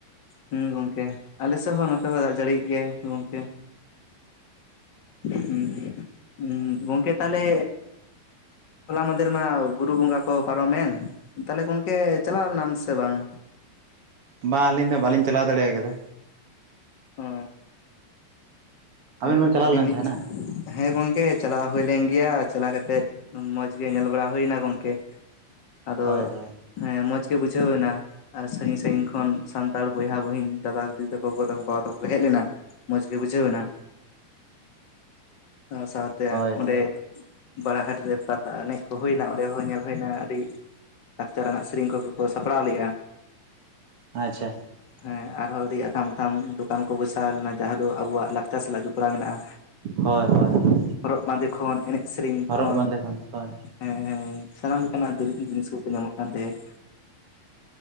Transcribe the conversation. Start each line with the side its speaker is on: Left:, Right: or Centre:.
Left: ᱦᱮᱸ ᱜᱚᱝᱠᱮ ᱟᱞᱮ ᱥᱮᱫ ᱦᱚᱸ ᱱᱚᱛᱮ ᱦᱚᱸ ᱫᱟᱜ ᱡᱟᱹᱲᱤᱭᱮᱜ ᱜᱮᱭᱟᱭ ᱜᱚᱝᱠᱮ ᱦᱩᱸ ᱩᱸ ᱜᱚᱢᱠᱮ ᱛᱟᱦᱚᱞᱮ ᱦᱚᱞᱟ ᱢᱟᱫᱷᱮᱨ ᱢᱟ ᱵᱩᱨᱩ ᱵᱚᱸᱜᱟ ᱠᱚ ᱯᱟᱨᱚᱢᱮᱱ ᱛᱟᱦᱚᱞᱮ ᱜᱚᱝᱠᱮ ᱪᱟᱞᱟᱣ ᱞᱮᱱᱟᱢ ᱥᱮ ᱵᱟᱝ
Right: ᱵᱟᱝ ᱟᱹᱞᱤᱧ ᱫᱚ ᱵᱟᱹᱞᱤᱧ ᱪᱟᱞᱟᱣ ᱫᱟᱲᱮ ᱠᱟᱫᱟ
Left: ᱚ
Right: ᱟᱵᱮᱱ
Left: ᱦᱮᱸ
Right: ᱵᱮᱱ
Left: ᱜᱚᱝᱠᱮ
Right: ᱪᱟᱞᱟᱣ
Left: ᱟᱹᱞᱤᱧ
Right: ᱞᱮᱱ
Left: ᱦᱚᱸ
Right: ᱛᱟᱦᱮᱸᱱᱟ?
Left: ᱞᱤᱧ ᱦᱮᱸ ᱜᱚᱝᱠᱮ ᱪᱟᱞᱟᱣ ᱦᱳᱭ ᱞᱮᱱ ᱜᱮᱭᱟ ᱪᱟᱞᱟ ᱠᱟᱛᱮᱜ ᱢᱚᱸᱡᱽ ᱜᱮ ᱧᱮᱞ ᱵᱟᱲᱟ ᱦᱳᱭᱱᱟ ᱜᱚᱝᱠᱮ ᱟᱫᱚ
Right: ᱦᱳᱭ ᱦᱳᱭ
Left: ᱦᱮᱸ ᱢᱚᱸᱡᱽᱜᱮ ᱵᱩᱡᱷᱟᱹᱣ ᱮᱱᱟ ᱟᱨ ᱥᱟᱺᱜᱤᱧ ᱥᱟᱺᱜᱤᱧ ᱠᱷᱚᱱ ᱥᱟᱱᱛᱟᱲ ᱵᱚᱭᱦᱟ ᱵᱩᱦᱤᱱ ᱫᱟᱫᱟ ᱫᱤᱫᱤ ᱛᱟᱠᱚ ᱜᱚ ᱛᱟᱠᱚ ᱵᱟᱵᱟ ᱛᱟᱠᱚ ᱠᱚ ᱦᱮᱡ ᱞᱮᱱᱟ ᱢᱚᱸᱡᱽ ᱜᱮ ᱵᱩᱡᱷᱟᱹᱣ ᱮᱱᱟ ᱚᱱᱟ ᱥᱟᱶᱛᱮ
Right: ᱦᱳᱭ
Left: ᱚᱸᱰᱮ
Right: ᱦᱳᱭ
Left: ᱵᱟᱲᱟ ᱜᱷᱟᱴ ᱨᱮ ᱯᱟᱛᱟ ᱮᱱᱮᱡ ᱠᱚ ᱦᱚᱭᱱᱟ ᱚᱸᱰᱮ ᱦᱚᱸ ᱧᱮᱞ ᱦᱚᱭᱱᱟ ᱟᱹᱰᱤ ᱞᱟᱠᱪᱟᱨ ᱟᱱᱟᱜ ᱥᱮᱨᱮᱧ ᱠᱚᱠᱚ ᱠᱚ ᱥᱟᱯᱲᱟᱣ ᱞᱮᱜᱼᱟ
Right: ᱟᱪᱪᱷᱟ
Left: ᱦᱮᱸ ᱟᱨᱦᱚᱸ ᱟᱹᱰᱤ ᱟᱛᱷᱟᱢ ᱟᱛᱷᱟᱢ ᱫᱚᱠᱟᱱ ᱠᱚ ᱵᱚᱭᱥᱟ ᱞᱮᱱᱟ ᱡᱟᱦᱟᱸ ᱫᱚ ᱟᱵᱚᱣᱟᱜ ᱞᱟᱠᱪᱟᱨ ᱥᱟᱞᱟᱜ ᱡᱩ ᱯᱚᱲᱟ ᱢᱮᱱᱟᱜᱼᱟ
Right: ᱦᱳᱭ ᱦᱳᱭ ᱦᱳᱭ
Left: ᱦᱚᱨᱚᱜ ᱵᱟᱸᱫᱮ ᱠᱷᱚᱱ ᱮᱱᱮᱡ ᱥᱮᱨᱮᱧ
Right: ᱦᱚᱨᱚᱜ
Left: ᱠᱷᱚᱱ
Right: ᱵᱟᱸᱫᱮ ᱦᱳᱭ᱾
Left: ᱦᱮᱸ ᱦᱮᱸ ᱥᱟᱱᱟᱢ ᱞᱮᱠᱟᱱᱟᱜ ᱫᱩᱨᱤᱵ ᱡᱤᱱᱤᱥ ᱠᱚᱠᱚ ᱧᱟᱢᱚᱜ ᱠᱟᱱ ᱛᱟᱦᱮᱸᱫ